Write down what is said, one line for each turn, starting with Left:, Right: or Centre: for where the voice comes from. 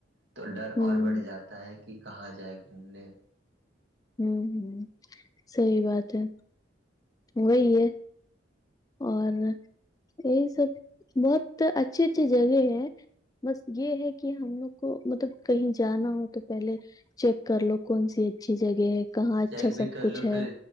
Right: تو ڈر
Left: ہوں
Right: اور بڑھ جاتا ہے کہ کہاں جائے گا <unintelligible>
Left: ہوں ہ سحی بات ہے وہی ہے اور یہی سب بہت اچھی اچھی جگہ ہے بس یہ ہے کہ ہم لوگ کو مطلب کہیں جانا ہو تو پہلے چیک کر لو کون سی اچھی جگہ ہے کہاں اچھا
Right: چیک بھی
Left: سب
Right: کر
Left: کچھ
Right: لو
Left: ہے
Right: پھر